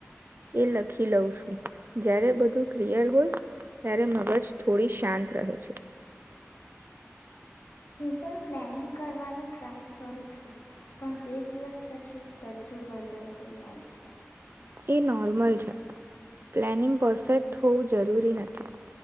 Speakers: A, on the right (about 50°); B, on the left (about 80°).
A: એ લખી લઉં છું. જ્યારે બધું ક્લિયર હોય ત્યારે મગજ થોડી શાંત રહે છે.
B: હું પણ પ્લાનિંગ કરવાનું ટ્રાય કરું છું. પણ બે દિવસ પછી બધું ગડબડ થઈ જાય છે.
A: એ નોર્મલ છે પ્લાનિંગ પરફેક્ટ હોવું જરૂરી નથી.